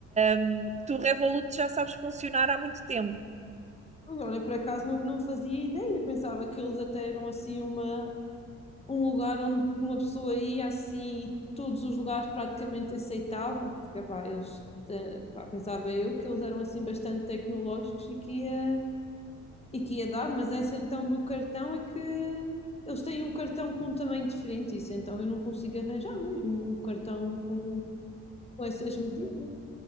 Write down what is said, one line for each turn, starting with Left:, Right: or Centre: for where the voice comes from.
Right: Um, tu Revolut já sabes funcionar há muito tempo.
Left: Mas Olha, por acaso não, não fazia ideia, pensava que eles até eram assim uma, um lugar onde uma pessoa ia assim e todos os lugares praticamente aceitavam, porque epá, eles te- pá, pensava eu que eles eram assim bastante tecnológicos e que ia, e que ia dar, mas essa então do cartão é que eles têm um cartão com um tamanho diferente, isso então eu não consigo arranjar mesmo um cartão com, com essas medidas.